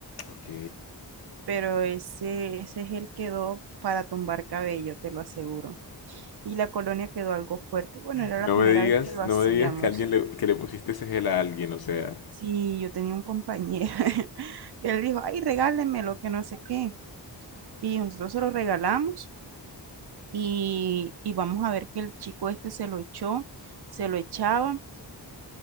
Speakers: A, on the left (about 60°); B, on the right (about 65°).
A: Ok.
B: pero ese, ese gel quedó para tumbar cabello, te lo aseguro. Y la colonia quedó algo fuerte. Bueno, era
A: No
B: la primera
A: me digas,
B: vez que lo
A: no
B: hacíamos.
A: me digas que alguien le, que le pusiste ese gel a alguien, o sea.
B: Sí, yo tenía un compañero <laughs> que él dijo, ay, regálenmelo, que no sé qué. Y nosotros se lo regalamos y, y vamos a ver que el chico este se lo echó, se lo echaba.